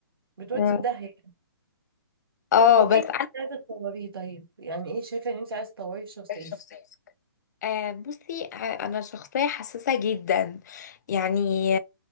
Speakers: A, on the right; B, on the left.
A: بتودي
B: اه
A: في داهيه
B: اه
A: طب
B: بس
A: ايه اللي انت عايزه تطوريه طيب يعني ايه شايفه ان انت عايزه تطوريه في شخصيتك
B: ايه شخصيتك آه بصي آه، انا شخصيه حساسه جدا يعني